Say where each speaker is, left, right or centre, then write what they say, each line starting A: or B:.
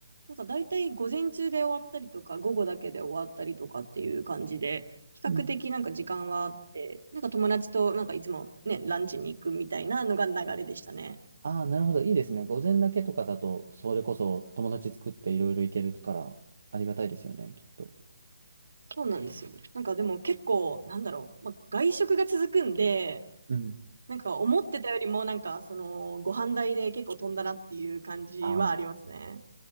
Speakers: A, on the right; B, on the right.
A: なんか大体午前中で終わったりとか、午後だけで終わったりとかっていう感じで、比較的なんか時間はあって、
B: うん
A: なんか友達となんかいつもね、ランチに行くみたいなのが流れでしたね。
B: ああ、なるほど。いいですね。午前だけとかだと、それこそ友達作っていろいろ行けるから、ありがたいですよね、きっと。
A: そうなんですよ。なんかでも結構、なんだろう、まあ、外食が続くんで、
B: うん。
A: なんか思ってたよりもなんかそのご飯代で結構飛んだなっていう感じはありますね。
B: あ